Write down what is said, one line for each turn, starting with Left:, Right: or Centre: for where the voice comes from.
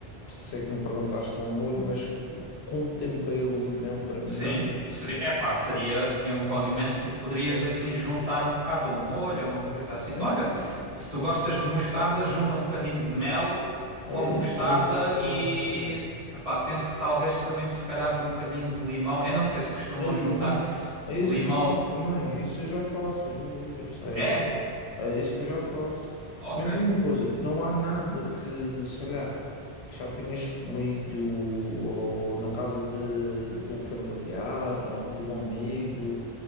Left: sei que me perguntaste um molho, mas como tempero o limão para mim.
Right: Sim, seria, epá, seria, seria um condimento que tu poderias
Left: isso É
Right: assim juntar um bocado a um molho, a uma coisa assim. Olha,
Left: é isso,
Right: se tu gostas de mostarda, junta um bocadinho de mel com
Left: é
Right: mostarda
Left: isso, é isso que eu
Right: e
Left: faço. É isso.
Right: epá, penso que talvez também se calhar um bocadinho de limão. Eu não sei se costumam
Left: É de
Right: juntar
Left: limão. É isso
Right: limão.
Left: que eu faço também. Isso eu já faço hoje em dia, percebes?
Right: É?
Left: É isso que eu já faço.
Right: Ok.
Left: Mas mesma coisa, não há nada que, sei lá, que já tenhas comido ou na casa de, de um familiar ou de um amigo